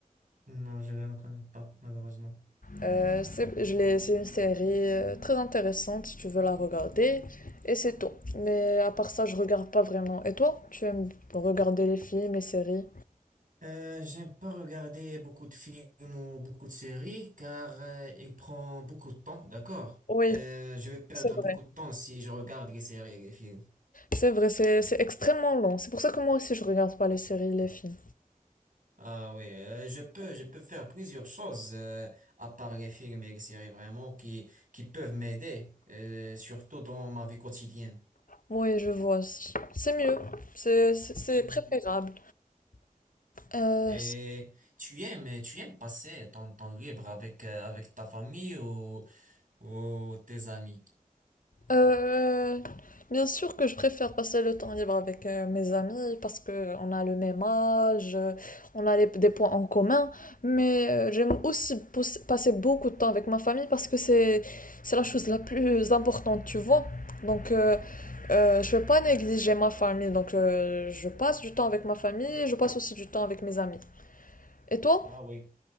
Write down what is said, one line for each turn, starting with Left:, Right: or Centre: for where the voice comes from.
Right: Non, je ne connais pas, malheureusement.
Left: Euh, c'est, je l'ai- c'est une série euh, très intéressante si tu veux la regarder. Et c'est tout. Mais à part ça, je regarde pas vraiment. Et toi, tu aimes regarder les films, les séries?
Right: Euh, j'aime pas regarder beaucoup de films ou beaucoup de séries car euh, il prend beaucoup de temps, d'accord?
Left: Oui,
Right: Euh, je vais perdre
Left: c'est
Right: beaucoup
Left: vrai.
Right: de temps si je regarde les séries et les films.
Left: C'est vrai, c'est c'est extrêmement long. C'est pour ça que moi aussi, je regarde pas les séries, les films.
Right: Ah oui, euh, je peux, je peux faire plusieurs choses euh, à part les films et les séries vraiment qui, qui peuvent m'aider, euh, surtout dans ma vie quotidienne.
Left: Oui, je vois. C'est mieux. C'est c'est- c'est
Right: Ouais.
Left: préférable. Euh,
Right: Et tu aimes, tu aimes passer ton temps libre avec, euh, avec ta famille ou, ou tes amis?
Left: euh, bien sûr que je préfère passer le temps libre avec euh, mes amis parce que on a le même âge, euh, on a les- des points en commun, mais euh, j'aime aussi pos- passer beaucoup de temps avec ma famille parce que c'est c'est la chose la plus importante, tu vois. Donc euh, euh, je vais pas négliger ma famille, donc euh, je passe du temps avec ma famille, je passe aussi du temps avec mes amis. Et toi?
Right: Ah oui.